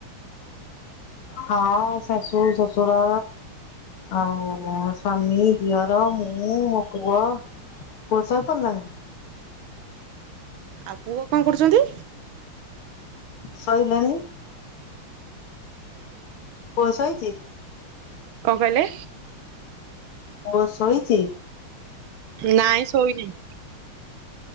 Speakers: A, on the left; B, on the right.
A: ହଁ ଶାଶୁ ଶ୍ୱଶୁର। ଆଉ ମୋ ସ୍ଵାମୀ ଦିଅର ମୁଁ ମୋ ପୁଅ। ପୁଅ ଶୋଇ ପଡ଼ିଲାନି?
B: ଆଉ ପୁଅ କଣ କରୁଛନ୍ତି?
A: ସଇଲାଣି। ପୁଅ ଶୋଇଛି?
B: କଣ କହିଲେ?
A: ପୁଅ ଶୋଇଛି?
B: ନାଇଁ ଶୋଇନାହିଁ।